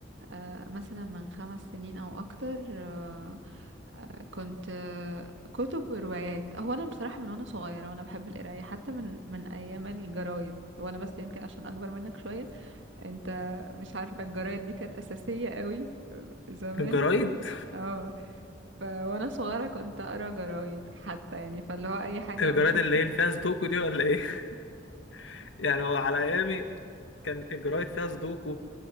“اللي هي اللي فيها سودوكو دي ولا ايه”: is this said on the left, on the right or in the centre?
Left